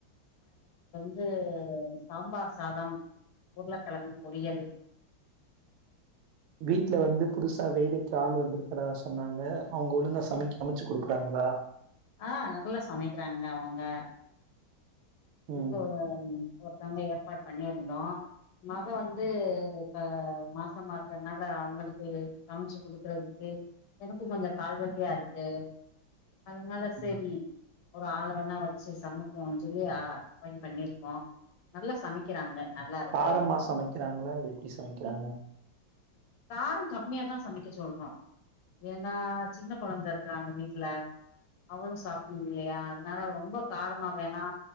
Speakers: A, on the left (about 75°); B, on the right (about 80°).
A: து சாம்பார் சாதம் உருளக்கெழங்கு பொரியல்
B: வீட்ல வந்து புதுசா வேலைக்கு ஆள் வந்திருக்கிறதா சொன்னாங்க அவுங்க ஒழுங்கா சமைக்க சமச்சு குடுக்குறாங்களா
A: ஆஹ் நல்லா சமைக்கிறாங்க அவங்க
B: ம்.
A: இப்போ ஒருத்தங்க ஏற்பாடு பண்ணிருந்தோ மக வந்து இப்ப மாசமா இருக்கனால அவுங்களுக்கு சமச்சு குடுக்குறதுக்கு எனக்கு கொஞ்சொ கால் வலியா இருக்கு அதனால செரி
B: ம்.
A: ஒரு ஆள வேணா வச்சு சமப்போனு சொல்லி ஆ பாய்ன்ட் பண்ணிருக்கோ நல்லா சமைக்கிறாங்க நல்லா இருக்கு
B: காரமா சமைக்கிறாங்களா இல்லா எப்டி சமைக்கிறாங்க
A: காரங் கம்மியாதா சமைக்க சொல்றோ ஏன்னா சின்ன கொழந்த இருக்காங்க வீட்ல அவளு சாப்பட்ணுல்லையா அதனால ரொம்ப காரமா வேணா